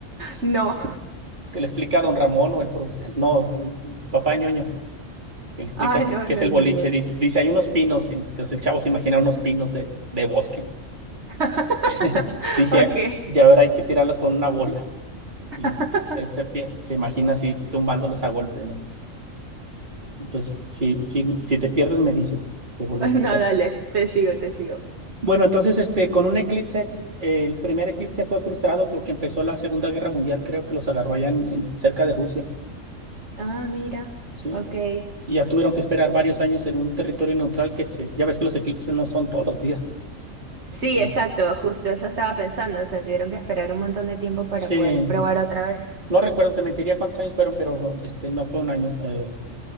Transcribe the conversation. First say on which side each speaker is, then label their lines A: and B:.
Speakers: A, on the right; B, on the right.
A: No.
B: Que le explica a don Ramón o el profe- <laughs> no, el- el papá ñoño, que le explica
A: Ah, no,
B: qué qué
A: no,
B: es el
A: no
B: boliche.
A: lo vi.
B: Dice, dice, hay unos pinos, y entonces el chavo se imagina unos pinos de, de bosque.
A: <laughs>
B: <laughs> Dice,
A: Ok.
B: ya verá, hay que tirarlos con una bola.
A: <laughs>
B: Y pues, él se, pi- se imagina así tumbándolos a golpes, ¿no? Entonces, si, si, si te pierdes, me dices, te vuelvo a explicar.
A: No, dale, te sigo, te sigo.
B: Bueno, entonces, este, con un eclipse, eh, el primer eclipse fue frustrado porque empezó la Segunda Guerra Mundial, creo que los agarró allá en, en- cerca de Rusia,
A: Ah, mira.
B: ¿sí?
A: Ok.
B: Y ya tuvieron que esperar varios años en un territorio neutral que se, ya ves que los eclipses no son todos los días. Este,
A: Sí, exacto, justo eso estaba pensando. O sea, tuvieron que esperar un montón de tiempo para
B: sí,
A: poder probar otra vez.
B: no recuerdo, te mentiría cuántos años fueron, pero este, no fue un año. eh,